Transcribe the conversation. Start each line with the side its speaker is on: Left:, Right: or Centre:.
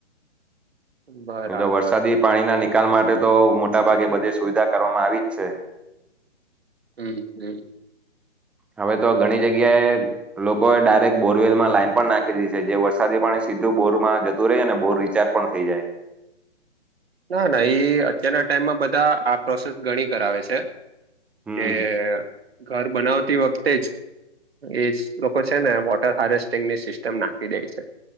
Right: બરાબર
Centre: મ તો વરસાદી પાણી ના નિકાલ માટે તો મોટાભાગે બધી સુવિધા કરવામાં આવી જ છે
Right: હમ્મ હમ્મ
Centre: હવે તો ઘણી જગ્યાએ લોકોએ ડાયરેક્ટ બોરવેલ માં લાઈન પણ નાખી દી છે જે વરસાદી પાણી સીધું બોર માં જતું રહે છે ને બોર વિચાર પણ થઈ જાય
Right: ના ના ઈ અત્યારના ટાઈમમાં બધા આ પ્રોસેસ ગણી કરાવે છે
Centre: હમ
Right: કે ઘર બનાવતી વખતે જ એ લોકો છે ને વોટર હાર્વેસ્ટિંગ ની સિસ્ટમ નાખી દે છે